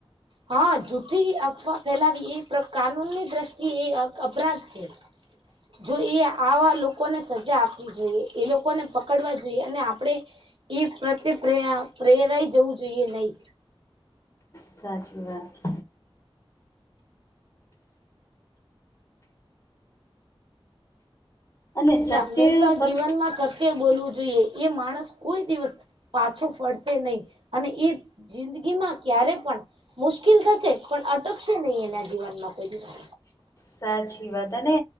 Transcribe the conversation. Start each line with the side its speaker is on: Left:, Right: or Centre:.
Right: હહ જૂઠી અફવા ફેલાવી એ કાનૂનની દ્રષ્ટિએ એ અપરાધ છે.
Left: <inaudible>
Right: જો એ આવા લોકોને સજા આપવી જોઈએ. એ લોકોને પકડવા જોઈએ અને આપણે એ પ્રત્યેે પ્રે પ્રેરાઈ જવું જોઈએ નહીં.
Left: સાચી વાત અને
Right: એટલે
Left: સત્ય
Right: હંમેશા
Left: ફક્ત
Right: જીવનમાં સત્ય બોલવું જોઈએ. એ માણસ કોઈ દિવસ પાછો ફરશે નહીં. અને એ જિંદગીમાં ક્યારે પણ મુશ્કીલ થશે પણ અટકશે નહીં એના જીવનમાં કોઈ દિવસ
Left: સાચી વાત અને